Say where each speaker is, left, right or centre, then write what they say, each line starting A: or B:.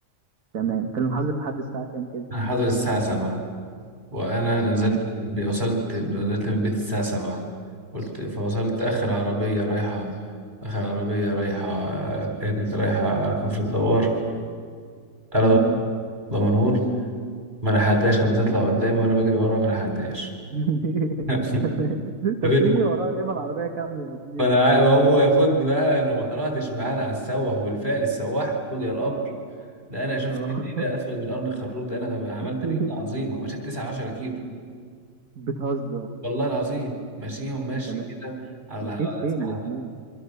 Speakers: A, on the right; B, on the right.
A: تمام كان الحظر لحد الساعة كام كده
B: انا حاضر الساعه 7 وانا نزلت
A: تمام
B: وصلت نزلت من بيت الساعه 7 قلت فوصلت اخر عربيه رايحه اخر عربيه رايحه آه، كانت رايحه على كفر الدوار انا
A: تمام
B: دمنهور ما لحقتهاش كانت بتطلع قدامي وانا بجري وراها ما لحقتهاش
A: <laughs>
B: <laughs>
A: تمام أنت
B: قابلت
A: بتيجي ورايا ليه ما العربية كاملة يا زميلي
B: ما انا عا- ما هو ياخدني بقى انا ما طلعتش معانا على السواح والفعل السواح قضي الامر ده انا شفت
A: آه
B: ايه ده اسود من قرن الخروف ده انا عملت
A: <laughs>
B: رياضه عظيمه مشيت 9 10 كيلو
A: بتهزر
B: والله العظيم ماشيهم ماشي
A: أنت ما...
B: كده على
A: مشيت
B: <laughs>
A: فين يا زميلي